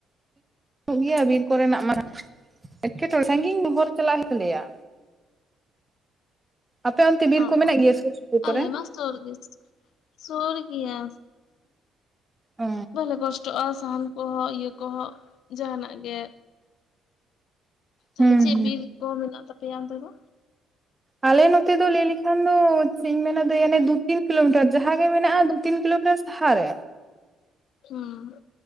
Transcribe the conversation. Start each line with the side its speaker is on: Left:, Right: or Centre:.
Right: ᱜᱮᱭᱟ ᱵᱤᱨ ᱠᱚᱨᱮᱱᱟᱜ ᱢᱟᱱᱮ ᱮᱴᱠᱮᱴᱚᱬᱮ ᱥᱟᱺᱜᱤᱧ ᱦᱚᱨ ᱪᱟᱞᱟᱜ ᱦᱩᱭᱩᱜ ᱛᱟᱞᱮᱭᱟ ᱟᱯᱮ ᱚᱱᱛᱮ ᱵᱤᱨ
Left: ᱚ
Right: ᱠᱚ ᱢᱮᱱᱟᱜ ᱜᱮᱭᱟ ᱥᱩᱨ ᱥᱩᱯᱩᱨ ᱠᱚᱨᱮ
Left: ᱟᱞᱮ ᱢᱟ ᱥᱩᱨ ᱜᱮ ᱥᱩᱨ ᱜᱮᱭᱟ
Right: ᱚ
Left: ᱵᱟᱞᱮ ᱠᱚᱥᱴ ᱱᱚᱥᱴᱚᱜ-ᱟ ᱥᱟᱦᱟᱱ ᱠᱚᱦᱚᱸ ᱤᱭᱟᱹ ᱠᱚᱦᱚᱸ ᱡᱟᱦᱟᱱᱟᱜ ᱜᱮ
Right: ᱦᱩᱸ
Left: ᱛᱟᱦᱚᱞᱮ ᱪᱮᱫ
Right: ᱦᱩᱸ
Left: ᱵᱤᱨ ᱠᱚ ᱢᱮᱱᱟᱜ ᱛᱟᱯᱮᱭᱟ ᱚᱱᱛᱮ ᱫᱚ
Right: ᱟᱞᱮ ᱱᱚᱛᱮ ᱫᱚ ᱞᱟᱹᱭ ᱞᱮᱠᱷᱟᱱ ᱫᱚ ᱪᱮᱫ ᱤᱧ ᱢᱮᱱᱟ ᱫᱮ ᱫᱩ ᱛᱤᱱ ᱠᱤᱞᱳᱢᱤᱴᱟᱨ ᱡᱟᱦᱟᱸᱜ ᱜᱮ ᱢᱮᱱᱟᱜ-ᱟ ᱫᱩ ᱛᱤᱱ ᱠᱤᱞᱳᱢᱤᱴ ᱚᱱᱟ ᱥᱟᱦᱟᱨᱮ
Left: ᱦᱮᱸ